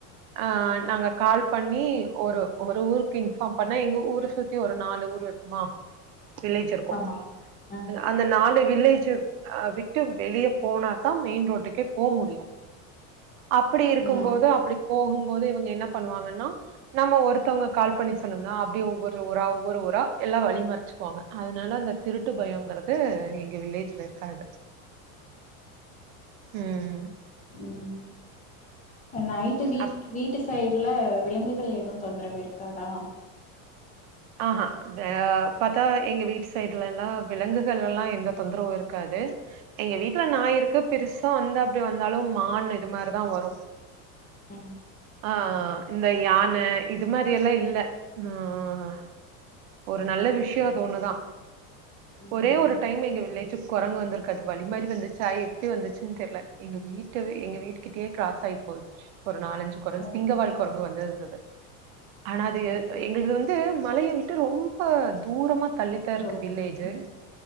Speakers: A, on the right (about 70°); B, on the left (about 20°).
A: ஆஹ நாங்க கால் பண்ணி ஒரு ஒரு ஊருக்கு இன்பார்ம் பண்ண எங்க ஊரை சுத்தி ஒரு நாலு ஊர் இருக்கு <unintelligible> மா விளைஜ இருக்கும்ோம்
B: ஆமா ம்
A: அந்த நாலு <inaudible> வில்லேஜ் ஹ் விட்டு வெளிய போனாதான் மெயின் ரோட்டுக்கே போக முடியும் அப்படி இருக்கும்போது
B: ம்
A: அப்படி போகும்போது இவங்க என்ன பண்ணுவாங்கன்னா நம்ம ஒருத்தவங்க கால் பண்ணி சொன்னும்னா அப்படிே ஒவ்வொரு ஊரா ஒவ்வொரு ஊரா <inaudible> எல்லா வழிமறிச்சுக்குவாங்க அதனால அந்த திருட்டு பயங்கறிறது எங்க வில்லேஜ்ல இருக்காது ஹம்
B: ம் நைட்டு வீ்
A: அப்
B: வீட்டு சுத்தி சைடுல விலங்குகள் எதுவு தொந்தரவு இருக்காதா
A: ஆஹஹா பத்தா எங்க வீட்டு சைடுல எல்லாம் விலங்குகள் எல்லாம் எந்த தொந்தரவும் இருக்காது எங்க வீட்டுல நஞாயிருக்கு பெருசா வந்து அப்படி வந்தாலும் மான் இது மாதிரிதான் வரும்
B: ம்
A: அஹ் இந்த யானை இது மாதிரி எல்லாம் இல்ல அஹ் <inaudible> ஒரு நல்ல விஷயம்
B: ஓகே
A: தோணுதான்
B: ம்
A: ஒரே
B: ம்
A: ஒரு டைம் எங்க வில்லேஜு குரங்கு வந்திருக்காது வழி மாதிரி வந்துச்சுய் எப்படி வந்துச்சுன்னு தெரியல எங்க வீட்ட எங்க வீட்டு கிட்டயே கிராஸ் ஆகி போச்சு ஒரு நாலஞ்சு குரங்கு
B: ஓகே
A: சிங்கவாழ் குரங்கு வந்த இருந்தது <inaudible> ஆனா அது
B: ஓகே
A: எங்களுக்கு வந்து <inaudible> மலையை விட்டு ரொம்ப தூரமா தள்ளித்தான்
B: இதோ
A: இருக்கு வில்லேஜு
B: ம்